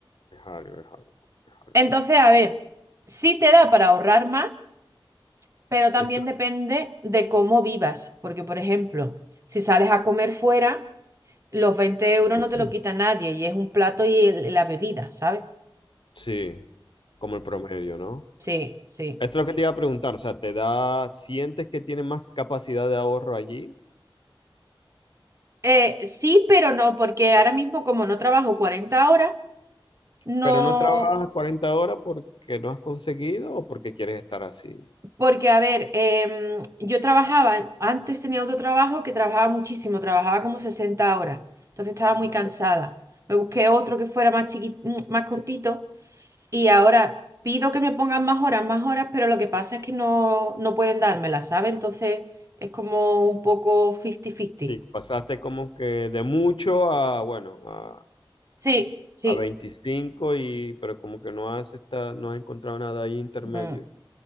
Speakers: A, on the left; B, on the right.
A: Es algo, es algo, es algo.
B: Entonces, a ver, sí te da para ahorrar más, pero también
A: Eso,
B: depende de cómo vivas. Porque, por ejemplo, si sales a comer fuera, los 20 euros
A: <clears throat>
B: no te lo quita nadie y es un plato y el- la bebida, ¿sabes?
A: sí, como el promedio, ¿no?
B: Sí, sí.
A: Esto es lo que te iba a preguntar, o sea, te da, sientes que tienes más capacidad de ahorro allí,
B: Eh, sí, pero no, porque ahora mismo como no trabajo 40 horas, no,
A: pero no trabajas 40 horas porque no has conseguido o porque quieres estar así.
B: porque a ver, em, yo trabajaba, antes tenía otro trabajo que trabajaba muchísimo, trabajaba como 60 horas, entonces estaba muy
A: Madre.
B: cansada. Me busqué otro que fuera más chiquito, más cortito y ahora pido que me pongan más horas, más horas, pero lo que pasa es que no, no pueden dármelas, ¿sabes? Entonces es como un poco 50-50.
A: Sí, pasaste como que de mucho a, bueno, a,
B: Sí, sí.
A: a 25 y, pero como que no has esta- no has encontrado nada ahí intermedio.
B: Mm.